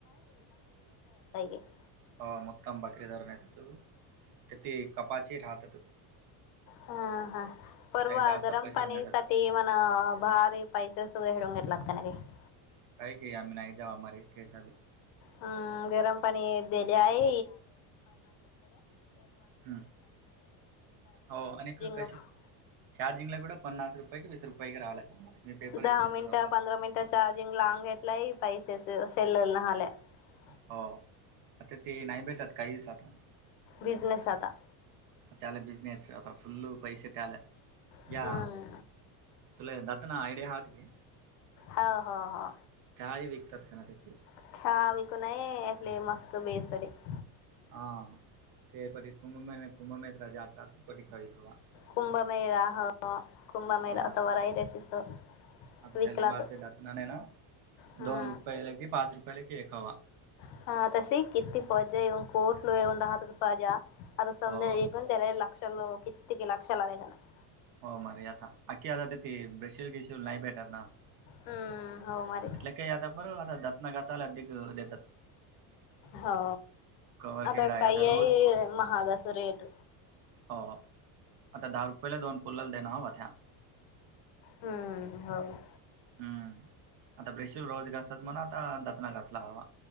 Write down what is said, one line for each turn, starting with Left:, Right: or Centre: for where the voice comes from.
Left: <unintelligible> <unintelligible>
Right: <unintelligible>
Left: हा हा परवा
Right: काही जास्त
Left: गरम
Right: पैसे
Left: पाणी
Right: घेतात
Left: ते <unintelligible>
Right: <unintelligible>
Left: हम् गरम पाणी दिले आहे.
Right: हम्म हो आणि क कशी
Left: <unintelligible> <unintelligible>
Right: <unintelligible>
Left: दहा मिनिटं <unintelligible>
Right: हो आता ते नाही भेटत काही साधण
Left: बिझनेस आता
Right: त्याला बिझनेस आता फुल्ल पैसे त्याला या
Left: हम्म
Right: तुला दात ना आयडिया आहात की
Left: ह हा हा.
Right: काही विकतात का ना तेथे
Left: <unintelligible>
Right: <unintelligible>
Left: कुंभमेळा हो कुंभमेळा
Right: हा
Left: <unintelligible>
Right: <unintelligible>
Left: विकलात हम्म <unintelligible> <unintelligible>
Right: हो हो मर आता अखी आता ती ब्रेशील किश नाही भेटत ना <unintelligible>
Left: हम्म हो मर.
Right: का आता ब आता दातना घासायला अधिक देतात.
Left: हो
Right: कवर
Left: आता
Right: केकडा आहे
Left: कायई
Right: रोज
Left: महाग असे रेट.
Right: हो आता दहा रुपयेला दोन पोलाला देण हवा त्या्या.
Left: हम्म हो.
Right: हम्म आता ब्रेशूर रोज घासत म्हण आता दतना घासला हवा.